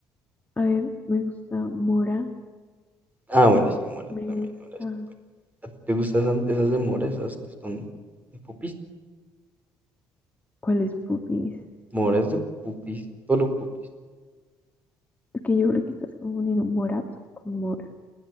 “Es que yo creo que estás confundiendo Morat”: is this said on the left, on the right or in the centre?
Left